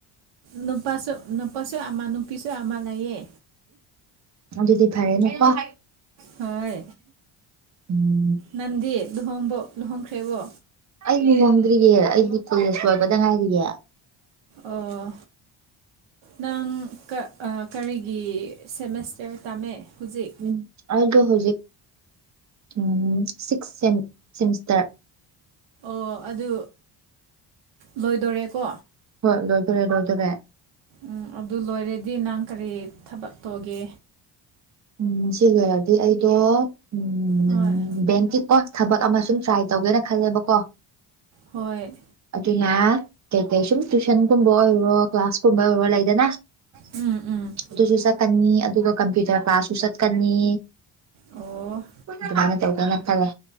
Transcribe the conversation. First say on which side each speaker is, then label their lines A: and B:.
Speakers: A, on the right; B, on the right.
A: ꯅꯨꯄꯥꯁꯨ ꯅꯨꯄꯥꯁꯨ ꯑꯃ ꯅꯨꯄꯤꯁꯨ ꯑꯃ ꯂꯩꯌꯦ
B: ꯎꯝ ꯑꯗꯨꯗꯤ ꯐꯔꯦꯅꯦꯀꯣ
A: ꯍꯣꯏ
B: ꯎꯝ
A: ꯅꯪꯗꯤ ꯂꯨꯍꯣꯡꯕꯣ ꯂꯨꯍꯣꯡꯈ꯭ꯔꯦꯕꯣ
B: ꯑꯩꯗꯤ ꯂꯨꯍꯣꯡꯗ꯭ꯔꯤꯌꯦ ꯑꯩꯗꯤ ꯀꯣꯂꯦꯁ ꯂꯣꯏꯕꯗ ꯉꯥꯏꯔꯤꯌꯦ
A: ꯑꯣ ꯅꯪ ꯀꯔꯤꯒꯤ ꯁꯦꯃꯦꯁꯇꯔ ꯇꯝꯃꯦ ꯍꯧꯖꯤꯛ
B: ꯎꯝ ꯑꯩꯗꯣ ꯍꯧꯖꯤꯛ ꯎꯝ ꯁꯤꯛꯁ ꯁꯦꯃꯤꯁꯇꯔ
A: ꯑꯣ ꯑꯗꯨ ꯂꯣꯏꯗꯣꯔꯦꯀꯣ
B: ꯍꯣꯏ ꯂꯣꯏꯗꯣꯔꯦ ꯂꯣꯏꯗꯣꯔꯦ
A: ꯎꯝ ꯑꯗꯨ ꯂꯣꯏꯔꯗꯤ ꯅꯪ ꯀꯔꯤ ꯊꯕꯛ ꯇꯧꯒꯦ
B: ꯎꯝ ꯁꯤ ꯂꯣꯏꯔꯗꯤ ꯑꯩꯗꯣ ꯎꯝ
A: ꯍꯣꯏ
B: ꯕꯦꯡꯀꯤ ꯀꯣ ꯊꯕꯛ ꯑꯃ ꯁꯨꯝ ꯇ꯭ꯔꯥꯏ ꯇꯧꯒꯦꯅ ꯈꯜꯂꯦꯕꯀꯣ
A: ꯍꯣꯏ
B: ꯑꯗꯨꯅ ꯀꯩꯀꯩ ꯁꯨꯝ ꯇꯨꯏꯁꯟꯒꯨꯝꯕ ꯑꯣꯏꯔꯣ ꯀ꯭ꯂꯥꯁꯀꯨꯝꯕ ꯑꯣꯏꯔꯣ ꯂꯩꯗꯅ
A: ꯎꯝ ꯎꯝ
B: ꯑꯗꯨꯁꯨ ꯆꯠꯀꯅꯤ ꯑꯗꯨꯒ ꯀꯝꯄ꯭ꯌꯨꯇꯔ ꯀ꯭ꯂꯥꯁꯁꯨ ꯆꯠꯀꯅꯤ
A: ꯑꯣ
B: ꯑꯗꯨꯃꯥꯢꯅ ꯈꯥꯜꯂꯦ